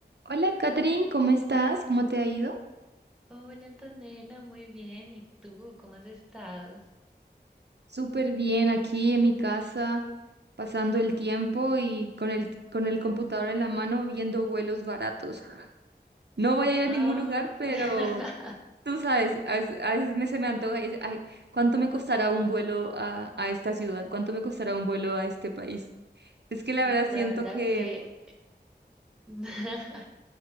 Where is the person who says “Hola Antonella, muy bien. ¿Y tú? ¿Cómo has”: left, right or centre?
Centre